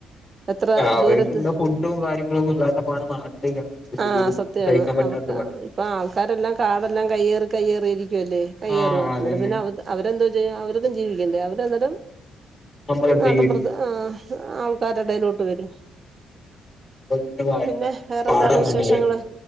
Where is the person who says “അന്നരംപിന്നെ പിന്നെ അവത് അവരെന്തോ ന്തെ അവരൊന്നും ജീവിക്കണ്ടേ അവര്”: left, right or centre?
Right